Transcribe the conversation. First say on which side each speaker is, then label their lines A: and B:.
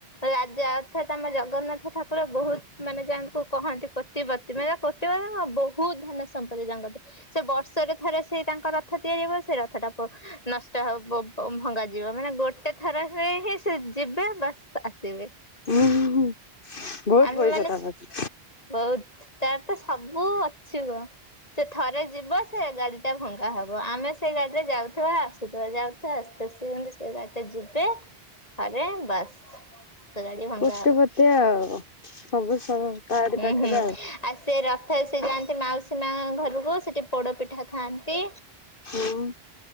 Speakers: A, on the left; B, on the left.
A: ରାଜା ଅର୍ଥାତ ଆମ ଜଗନ୍ନାଥ ଠାକୁର ବହୁତ ମାନେ ଯାହାଙ୍କୁ କହନ୍ତି କୋଟିପତିୀ କୋଟି ପତି କଣ ବହୁତ୍ ବହୁତ ଧନ ସମ୍ପତ୍ତି ତାଙ୍କ ସେ ବର୍ଷରେ ଥରେ ସେ ତାଙ୍କ ରଥ ତିଆରି ହେବ ସେ ରଥ ଟା ନସ ବ-ଭଙ୍ଗା ଯିବ ମାନେ ଗୋଟେ ଥରରେ ହିଁ ସେ ଯିବେ ବାସ୍ ଆସିବେ।
B: ହୁଁ ବହୁତ
A: ଆମେ
B: ପଇସା
A: ମାନେ
B: ତା ପାଖରେ
A: ବହୁତ ତାର ତ ସବୁ ଅଛି ଗୋ ସେ ଥରେ ଯିବ ସେ ଗାଡି ଟା ଭଙ୍ଗା ହବ ଆମେ ସେ ଗାଡିରେ ଯାଉଥିବା ଆସ ଯାଉଥିବା ଆସୁଥିବା ସେ ସମିତି ବାଟେ ଯିବେ ଥରେ ବାସ୍ ତ ଗାଡି ଭଙ୍ଗା
B: କୋଟିପତି
A: ହବ
B: ଆଉ। ସବୁ ସବୁ ତାରି
A: ହୁଁ
B: ପାଖରେ
A: ହୁଁ ଆଉ ସେ ରଥ ସେ ଯାଆନ୍ତି ମାଉସୀ ମା ଘରକୁ ସେଠି ପୋଡପିଠା ଖାଆନ୍ତି
B: ହୁଁ